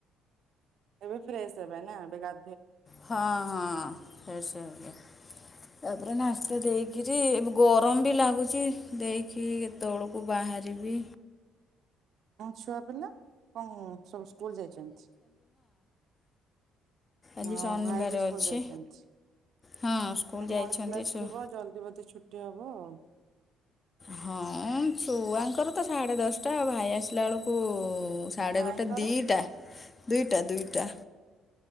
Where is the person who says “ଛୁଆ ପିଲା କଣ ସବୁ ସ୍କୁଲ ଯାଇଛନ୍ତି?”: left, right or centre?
Right